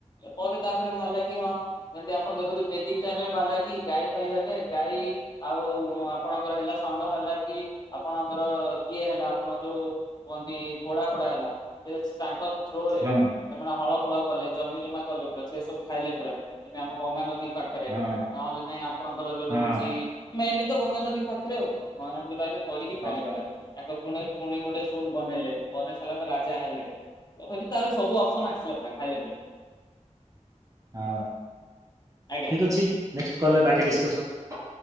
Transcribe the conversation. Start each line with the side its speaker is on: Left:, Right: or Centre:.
Left: ପରେ ତା ଭଲ ଲାଗି ହଁ ଯେମିତି ଆପଣ ଦେଖୁଥିବେ ଠିକ ଟାଇମ ରେ ବାହାରିଲା କି ଗାଈ ଖାଇବାଟେ ଗାଈ ଆଉ ଆପଣଙ୍କର ହେଲା ଷଢ ହେଲା କି ଆପଣଙ୍କର ଇଏ ହେଲା ଆପଣ ଯୋଉ କୁହନ୍ତି ଘୋଡା ଫୋଡା ହେଲା ସେ ତାଙ୍କ ଥ୍ରୁ ରେ
Right: ହଁ
Left: ବି ସେମାନେ ହଳ ହଳ କଲେ ଜମି ଜମା କଲେ ପୁରା ସେ ସବୁ ଖାଇଲେ ପରା ଏବେ ଆମ ଗଙ୍ଗା ନଦୀ ପାଖରେ
Right: ହଁ
Left: ନହେଲେ ନାଇ ଆପଣଙ୍କର ଯୋଉ
Right: ହଁ
Left: ହଉଛି ମେନଲି ତ ଗଙ୍ଗ ନଦୀ ପାଖରେ ଆଉ। ହଁ ଏମିତି କରିକି ଖାଇଲେ
Right: ହଁ
Left: ପୁରା। ପୁଣି ଗୋଟେ ସୁଟ ବନେଇଲେ। ବନେଇ ସାରିଲା ପରେ ରାଜା ହେଲେ ତ କହିଲି ସବୁ ଅପସନ ଆସିଲା ପୁରା ଖାଇଲେ ପୁରା।
Right: ହଁ
Left: ଆଜ୍ଞା
Right: ଠିକ ଅଛି ନ କଲେ ବାକି ଡିସ୍କସନ୍।